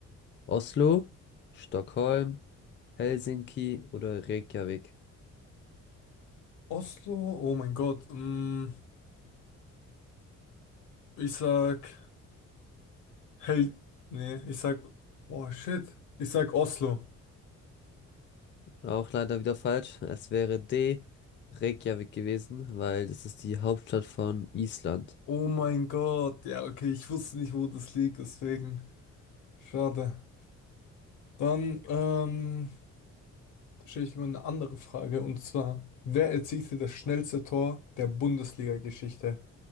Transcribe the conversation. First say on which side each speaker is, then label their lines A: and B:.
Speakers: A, on the left; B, on the left.
A: Oslo, Stockholm, Helsinki oder Reykjavik.
B: Oslo? Oh mein Gott. Ähm, ich sag Hel... Nee, ich sag... Boah, shit. Ich sag Oslo.
A: Auch leider wieder falsch. Es wäre D, Reykjavik gewesen, weil das ist die Hauptstadt von Island.
B: Oh mein Gott. Ja, okay, ich wusste nicht, wo das liegt, deswegen. Schade. Dann ähm, stelle ich mir eine andere Frage, und zwar, wer erzielte das schnellste Tor der Bundesliga-Geschichte?